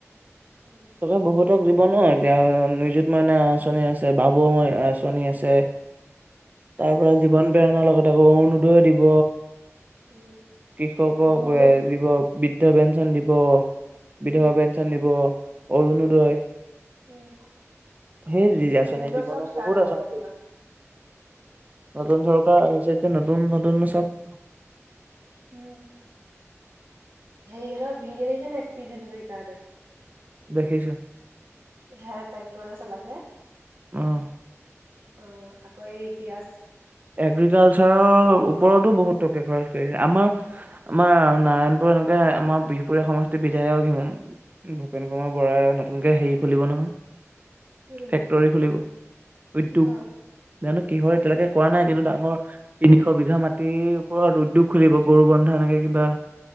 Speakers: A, on the right; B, on the right.
A: উম
B: তে বহুতক দিব ন এতিয়া নিজুত মইনা আঁচনি আছে বাবু মই আঁচনি আছে। তাৰ পৰা জীৱন প্ৰেৰণাৰ লগতে আকৌ অৰুণোদয় দিব।
A: উম
B: কৃষকৰ
A: নতুনকে উম
B: দিব। বৃদ্ধ পেঞ্চন দিব বিধৱা
A: উম
B: পেঞ্চন দিব। অৰুণোদয়
A: উম
B: সেই
A: নতুনকে
B: আচনি দিব
A: চব
B: ন
A: ষ্টাৰ্ট
B: বহুত
A: হ'ব
B: আঁচনি
A: আৰু এতিয়াৰ
B: দিব।
A: পৰা
B: নতুন চৰকাৰ আহিছে যেতিয়া নতুন নতুন চব
A: উম,। হেৰী হঁতৰ ভিডিঅ দেখিচ নাই পিউজ হাজৰিকা হঁতৰ।
B: দেখিছো।
A: হে তাইকটো চলাই যে
B: অ'
A: অ' আকৌ এই ঋষিৰাজ
B: এগ্ৰিকালচাৰৰ ওপৰতো বহুত টকা খৰচ কৰিছে আমাৰ আমাৰ নাৰায়ণপুৰ এনেকে আমাৰ বিহপুৰীয়া সমষ্টিৰ বিধায়ক হি ভূপেন কুমাৰ বৰাই নতুনকে হেৰি খুলিব নহয়।
A: কি বুলিব
B: ফেক্টৰী খুলিব উদ্যোগ
A: কিহৰ
B: জানো কিহৰ এতিয়ালৈকে কৰা নাই কিন্তু ডাঙৰ তিনিশ বিঘা মাটিৰ ওপৰত উদ্যোগ খুলিব গৰু বন্ধা এনেকে কিবা।